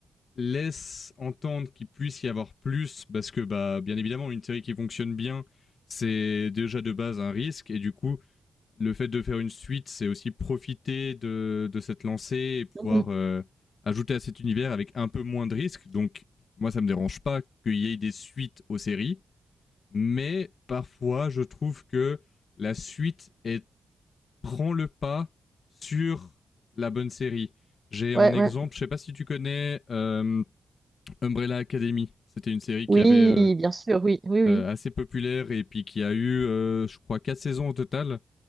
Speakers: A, on the left; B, on the right.
A: laisse entendre qu'il puisse y avoir plus, parce que, bah, bien évidemment, une série qui fonctionne bien, c'est déjà de base un risque, et du coup, le fait de faire une suite, c'est aussi profiter de, de cette lancée et pouvoir
B: Mhm.
A: euh, ajouter à cet univers avec un peu moins de risques. Donc, moi, ça me dérange pas qu'il y ait des suites aux séries, mais parfois, je trouve que la suite est, prend le pas sur la bonne série. J'ai
B: Ouais,
A: en exemple,
B: ouais.
A: je sais pas si tu connais euh, Umbrella Academy. C'était une série
B: Oui,
A: qui avait euh,
B: bien sûr, oui, oui, oui.
A: euh, assez populaire et puis qui a eu, euh, je crois, quatre saisons au total.